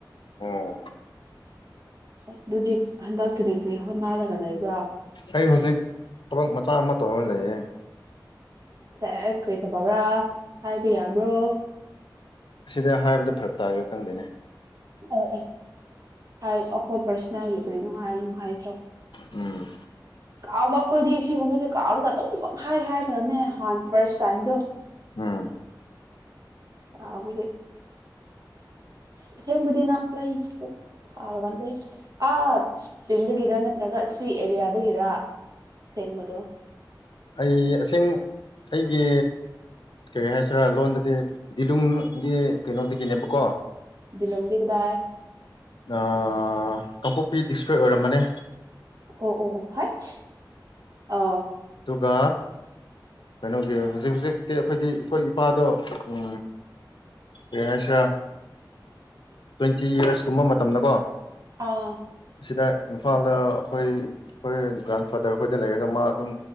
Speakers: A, on the left; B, on the right.
A: ꯑꯣ
B: ꯑꯗꯨꯗꯤ ꯍꯟꯗꯛ ꯀꯔꯤ ꯀꯔꯤ ꯍꯣꯠꯅꯔꯒ ꯂꯩꯕ꯭ꯔꯥ
A: ꯑꯩ ꯍꯧꯖꯤꯛ ꯊꯕꯛ ꯃꯆꯥ ꯑꯃ ꯇꯧꯔꯅꯤ ꯑꯦ
B: ꯁꯦ ꯑꯁ ꯀꯔꯤ ꯊꯕꯕ꯭ꯔꯥ ꯍꯥꯏꯕ ꯌꯥꯕ꯭ꯔꯣ
A: ꯑꯁꯤꯗ ꯍꯥꯏꯕꯗꯣ ꯐꯔꯛ ꯇꯥꯔꯒ ꯈꯪꯗꯣꯏꯅꯦ
B: ꯑꯣ ꯑꯣ ꯍꯥꯏ ꯑꯩꯈꯣꯏ ꯄꯔꯁ ꯌꯥ ꯌ ꯀꯔꯤꯅ ꯍꯥꯏ ꯍꯥꯏꯀꯣ
A: ꯎꯝ
B: ꯀꯥꯎꯕ ꯑꯩꯈꯣꯏꯗꯤ ꯁꯤꯒꯨꯝꯕꯁꯦ ꯀꯥꯎꯔꯒ ꯑꯇꯣꯝ ꯄꯪꯈꯥꯏ ꯍꯥꯏꯈ꯭ꯔꯕꯅꯦ ꯍꯥꯟꯅ ꯐꯥꯔꯁ ꯇꯥꯏꯝꯗꯣ
A: ꯑꯝ
B: ꯑꯩꯈꯣꯏꯒꯤ ꯑꯁꯦꯡꯕꯗꯤ ꯅꯪ ꯂꯩ ꯄꯨꯣꯛ ꯁꯥꯔꯀꯥꯟꯗ ꯑꯥ ꯆꯤꯡꯗꯒꯤꯔ ꯅꯠꯇ꯭ꯔꯒ ꯁꯤ ꯑꯦꯔꯤꯌꯥꯗꯒꯤꯔ ꯑꯁꯦꯡꯕꯗꯣ
A: ꯑꯩ ꯑꯁꯦꯡ ꯑꯩꯒꯤ ꯀꯔꯤ ꯍꯥꯏꯁꯤꯔꯥ ꯂꯣꯟꯗꯗꯤ ꯗꯤꯂꯨꯡꯒꯤ ꯀꯩꯅꯣꯗꯒꯤꯅꯦꯕꯀꯣ
B: ꯂꯣꯡꯗꯤ ꯀꯗꯥ
A: ꯑ ꯀꯥꯡꯄꯣꯛꯄꯤ ꯗꯤꯁꯇ꯭ꯔꯤꯛ ꯑꯣꯏꯔꯝꯕꯅꯤ
B: ꯑꯣ ꯑꯣ ꯑꯣ ꯍꯥꯏꯠ ꯑ
A: ꯑꯗꯨꯒ ꯀꯩꯅꯣꯒꯤ ꯍꯧꯖꯤꯛ ꯍꯧꯖꯤꯛꯇꯤ ꯑꯩꯈꯣꯏꯗꯤ ꯑꯩꯈꯣꯏ ꯏꯄꯥꯗꯣ ꯎ ꯑꯦ ꯍꯥꯏꯁ꯭ꯔꯥ ꯇ꯭ꯋꯦꯟꯇꯤ ꯌꯔꯁꯀꯨꯝꯕ ꯃꯇꯝꯗꯀꯣ
B: ꯑꯥ
A: ꯑꯁꯤꯗ ꯏꯝꯐꯥꯜꯗ ꯑꯩꯈꯣꯏ ꯑꯩꯈꯣꯏ ꯒ꯭ꯔꯥꯟꯐꯥꯗꯔ ꯈꯣꯏꯗ ꯂꯩꯔꯒ ꯃꯥ ꯑꯗꯨꯝ